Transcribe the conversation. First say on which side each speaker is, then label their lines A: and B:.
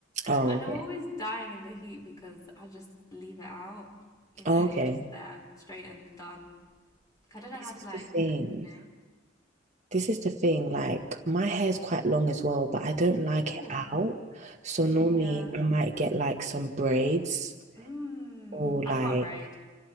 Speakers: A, on the right (about 40°); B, on the left (about 20°).
A: Oh,
B: And
A: okay.
B: I'm always dying in the heat because I just leave it out, you know?
A: Oh, okay.
B: It's just there, straightened, done. Like, I don't know
A: This
B: how to
A: is
B: like,
A: the thing.
B: you know?
A: This is the thing, like my hair's quite long as well, but I don't like
B: Ooh.
A: it out. So
B: Mm,
A: normally
B: yeah.
A: I might get like some braids
B: Mmm,
A: or like,
B: I can't braid.